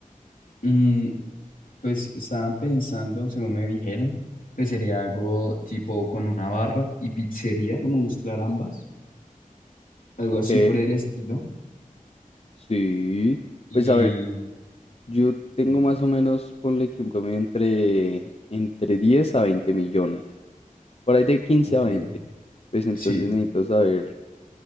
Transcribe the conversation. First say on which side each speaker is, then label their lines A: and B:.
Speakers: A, on the left; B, on the left.
A: Mm, pues estaban pensando, según me dijeron, que sería algo tipo con una barra y pizzería, como mezclar ambas, algo
B: Ok,
A: así por el estilo.
B: sí.
A: Y
B: Pues a ver, Yo tengo
A: dime,
B: más o menos, ponle que un promedio entre, entre 10 a 20 millones, por ahí de quince
A: ok,
B: a veinte. Pues entonces
A: sí,
B: necesito saber,